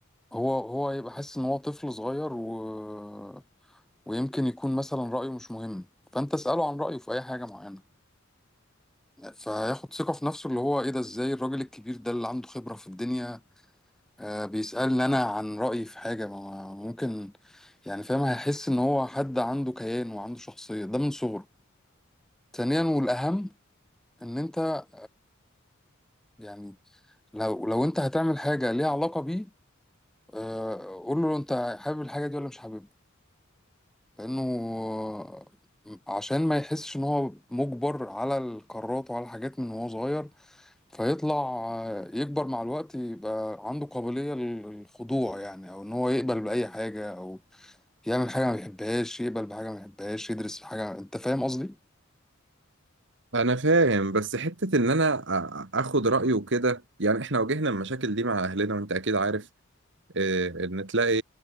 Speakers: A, in the centre; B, on the right.
A: هو هو هيبقى حاسس إن هو طفل صغير و... ويمكن يكون مثلا رأيه مش مهم فأنت اسأله عن رأيه في أي حاجة معينة فياخد ثقة في نفسه اللي هو إيه ده إزاي الراجل الكبير ده اللي عنده خبرة في الدنيا آه، بيسألني أنا عن رأيي في حاجة ما ما- ممكن يعني فاهم هيحس إن هو حد عنده كيان وعنده شخصية ده من صغره ثانيا والأهم إن أنت يعني لو لو أنت هتعمل حاجة ليها علاقة بيه آه، قول له أنت حابب الحاجة دي ولا مش حاببها لأنه آه، عشان ما يحسش إن هو مجبر على القرارات وعلى الحاجات من وهو صغير فيطلع آه، يكبر مع الوقت يبقى عنده قابلية للخضوع يعني أو إن هو يقبل بأي حاجة أو يعمل حاجة ما بيحبهاش يقبل بحاجة ما بيحبهاش يدرس في حاجة أنت فاهم قصدي؟
B: انا فاهم بس حتة ان انا أ- أ- اخد رأيه كده يعني احنا واجهنا المشاكل دي مع اهلنا وانت اكيد عارف إيه، ان تلاقي